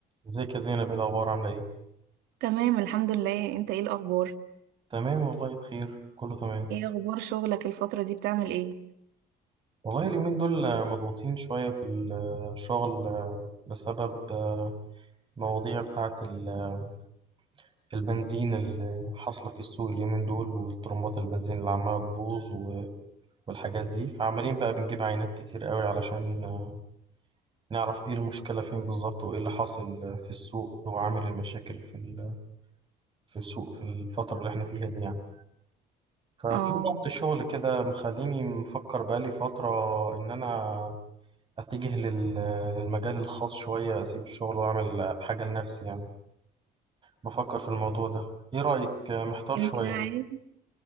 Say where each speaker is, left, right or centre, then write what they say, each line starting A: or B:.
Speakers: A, on the right; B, on the right.
A: ازيك يا زينب ايه الاخبار عامله ايه
B: تمام الحمد لله انت ايه الاخبار
A: تمام والله بخير كله تمام
B: ايه اخبار شغلك الفترة دي بتعمل ايه
A: والله اليومين دول آه، مضغوطين شويه في الشغل آه، بسبب آه، مواضيع بتاعه ال- البنزين اللي حاصله في السوق اليومين دول والطرمبات البنزين اللي عماله تبوظ و- والحاجات دي فعمالين بقى بنجيب عينات كتير قوي علشان آه، نعرف ايه المشكله فين بالظبط وايه اللي حاصل آه، في السوق وعامل المشاكل في ال- في السوق في الفتره اللي احنا فيها دي يعني ففي
B: اه
A: ضغط شغل كده مخليني مفكر بقالي فترة إن أنا أتجه لل... للمجال الخاص شوية أسيب الشغل وأعمل حاجة لنفسي يعني بفكر في الموضوع ده إيه رأيك محتار شوية
B: انت عارف